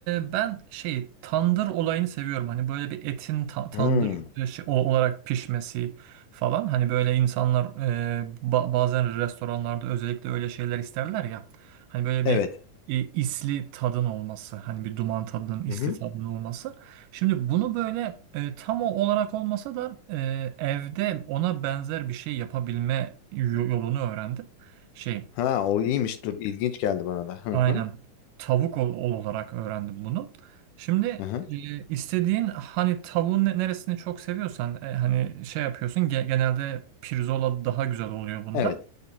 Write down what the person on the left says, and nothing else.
Hmm,
evet.
Hı hı.
Ha o iyiymiş. Dur ilginç geldi bana da. Hı
hı.
Hı hı.
Evet.